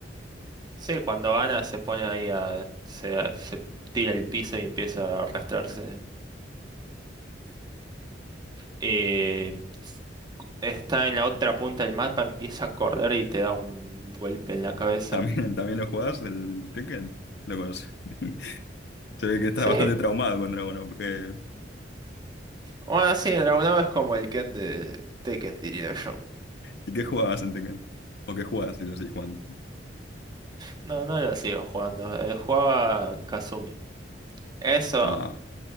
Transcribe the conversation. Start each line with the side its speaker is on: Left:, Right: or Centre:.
Right: sí, cuando gana se pone ahí a, se, se tira el piso y empieza a arrastrarse. Eh, está en la otra punta del mapa, empieza a correr y te da un golpe en la cabeza.
Left: ¿También, también lo jugás, el Tekken? Lo conoces. <laughs> Se ve que estás
Right: Sí,
Left: bastante traumado con Dragon Ball, porque-
Right: bueno, sí, Dragunov es como el Ken de Tekken, diría yo.
Left: ¿Y qué jugabas en Tekken? ¿O qué jugabas si lo seguís jugando?
Right: No, no lo sigo jugando. eh, jugaba Kazumi. Eso,
Left: Ah,